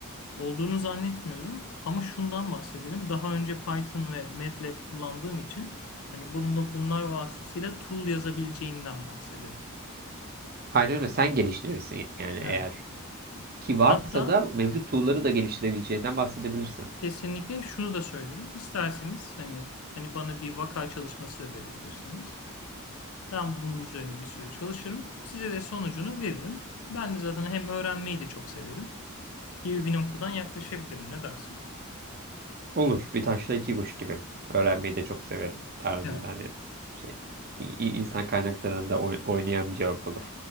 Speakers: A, on the left (about 70°); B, on the right (about 45°).
A: Olduğunu zannetmiyorum ama şundan bahsedelim. Daha önce Python ve MATLAB kullandığım için hani bununla bunlar vasıtasıyla tool yazabileceğimden bahsederim.
B: aynen öyle sen geliştirirsin yani
A: Evet.
B: eğer ki varsa
A: Hatta
B: da mevcut tool'ları da geliştirebileceğinden bahsedebilirsin.
A: kesinlikle şunu da söylerim. İsterseniz hani hani bana bir vaka çalışması da verebilirsiniz. Ben bunun üzerine bir süre çalışırım. Size de sonucunu veririm. Ben de zaten hem öğrenmeyi de çok severim gibi bir noktadan yaklaşabilirim. Ne dersin?
B: Olur. Bir taşla iki kuş gibi. Öğrenmeyi de çok severim tarzında
A: Evet.
B: hani şey i- i- insan kaynaklarında oy- oynayan bir cevap olur.